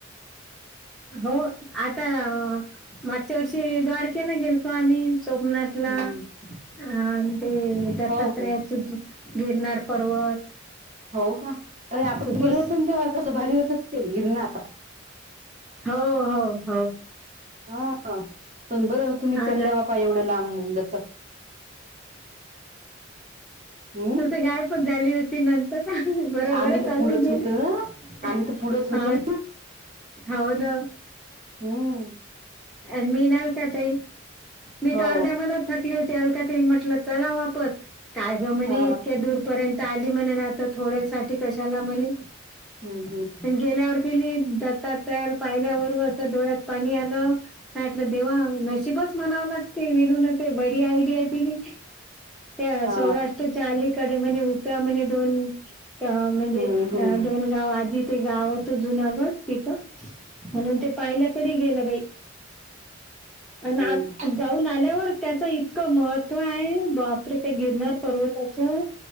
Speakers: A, in the centre; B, on the right.
A: हो आता मागच्या वर्षी द्वारकेला गेलतो आम्ही. सोमनाथ ला
B: हम्म
A: अ ते दत्तात्रयाच
B: हो हो
A: गिरनार पर्वत.
B: हो का अरे आपण
A: खूपच
B: गेलो होतो तेव्हा कसं भारी होतं ते गिरणार.
A: हो हो हो.
B: हा पण बरं तुम्ही
A: हा
B: चढल्या बापा एवढं लांब लचक. हम्म
A: तुझ गाय पण झाली होती न. बरोबर
B: आम्ही तर
A: चालली
B: पुढंच
A: गेली
B: होतो ना आम्ही तर पुढंच होतो
A: हा.
B: ना
A: हो ना
B: हम्म.
A: अ मि नाल का तई मी
B: हो
A: त अर्ध्या म थकली होती अलकात म्हटलं चला वास काय ग म्ह
B: हा
A: इतक्या दूरपर्यंत, तली म्हण ना आ तर थोड्यासाठी कशाला म्हणे.
B: हम्म हम्.
A: गेल्यावर की नाही दातात्रला पाहिल्यावर असं डोळ्यात पाणी आलं, नाहीटलं देव नशिबच म्हणावं लागते विनून ते बरी आयडिया दिली. त्या
B: हा
A: सौराष्ट्रच्या अलीकडे म्ह उतरा म्हणे दोन- म्हणजे
B: हम्म हम्म
A: दोन गाव आधी. ते गाव होतं जुनागड तिथं म्हणून ते पाहिल्या तरी गेलं बाई. आणि
B: हम्म
A: आ जाऊन आल्यावर त्याचं इतकं महत्व आहे बा- ते गिरनार पर्वताचं